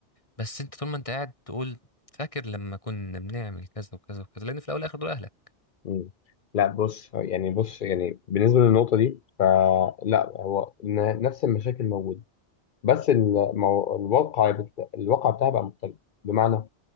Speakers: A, on the left; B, on the left.
A: بس انت طول ما انت قاعد تقول فاكر لما كنا بنعمل كذا وكذا وكذا لان في الاول والاخر دول اهلك
B: امم لا بص يعني بص يعني بالنسبه للنقطه دي فلا هو إن نفس المشاكل موجوده بس المو... الواقع بت... الواقع بتاعها بقى مختلف بمعنى